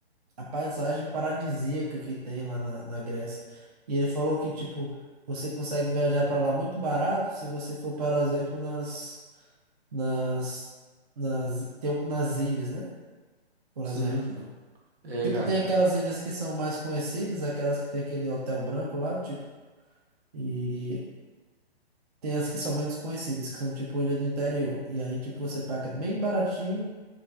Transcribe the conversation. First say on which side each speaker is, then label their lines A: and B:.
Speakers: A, on the right; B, on the right.
A: a paisagem paradisíaca que tem lá na, na Grécia. E ele falou que, tipo, você consegue viajar para lá muito barato se você for, por exemplo, nas, nas, nas, tem, um, nas ilhas, né? Por
B: sim.
A: exemplo.
B: É,
A: Tipo,
B: cara.
A: tem aquelas ilhas que são mais conhecidas, aquelas que tem aquele hotel branco lá, tipo, e tem as que são menos conhecidas, que são tipo ilha do interior. E aí, tipo, você paga bem baratinho